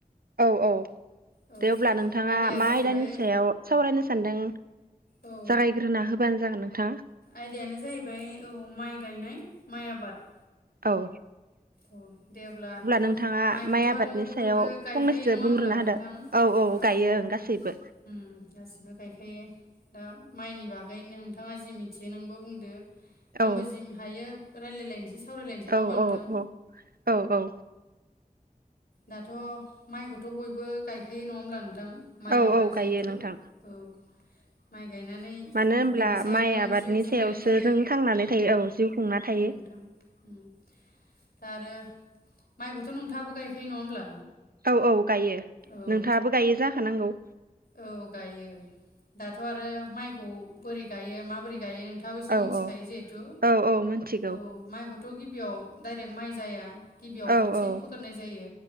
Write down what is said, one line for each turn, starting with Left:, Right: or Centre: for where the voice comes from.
Right: औ औ
Left: औ
Right: दे अब्ला नोंथाङा
Left: आयदाया
Right: मा
Left: जाहैबाय
Right: आयदानि सायाव सावरायनो सानदों
Left: औ
Right: जागायग्रोना होबानो जागोन नोंथाङा
Left: आयदायानो जाहैबाय औ माइ गायनाय माइ आबाद
Right: औ
Left: औ दे अब्ला
Right: नोंथाङा
Left: माइखौथ'
Right: माइ आबादनि
Left: आरो बयबो
Right: सायाव
Left: गायखायो
Right: फंनैसो
Left: नङा
Right: बुंग्रोना
Left: होमब्ला
Right: होदो
Left: नोंथां औ
Right: गायो
Left: औ
Right: ओं गासैबो
Left: उम गासिबो गायखायो दा माइनि बागै नोंथाङा जि मिथियो नोंबो बुंदो आंबो
Right: औ
Left: जिम हायो रायलाय लायनो सावरायलायनोसै नङा
Right: औ
Left: होमबा नोंथां
Right: औ औ औ औ
Left: दाथ' माइखौथ' बयबो गायखायो नङा होमब्ला नोंथां माइ
Right: औ
Left: आबाद
Right: औ गायो
Left: जिहेथु
Right: नोंथां
Left: औ माइ गायनानै
Right: मानो होनब्ला
Left: बिनि सायावनो
Right: माइ आबादनि
Left: जिउ खुंनानै
Right: सायावसो
Left: थायो
Right: जों
Left: औ
Right: थांनानै थायो
Left: औ
Right: जिउ खुंना थायो
Left: नोंथां उम दा आरो माइखौथ' नोंथाङाबो गाय खायो नङा होमब्ला
Right: औ औ गायो
Left: औ
Right: नोंथाङाबो गायो जाखानांगौ
Left: औ गायो दाथ' आरो माइखौ बोरै गायो माबोरै गायो नोंथाङाबो एसे
Right: औ
Left: मिथिखायो
Right: औ
Left: जिहेथु
Right: औ औ मिथिगौ
Left: औ माइखौथ' गिबियाव डाइरेक्ट माइ जाया गिबियाव
Right: औ
Left: खोथि
Right: औ
Left: फोग्रोनाय जायो